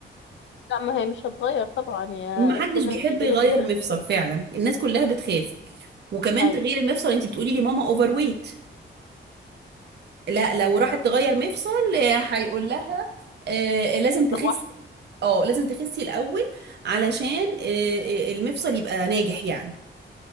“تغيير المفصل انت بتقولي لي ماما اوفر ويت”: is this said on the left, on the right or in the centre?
Right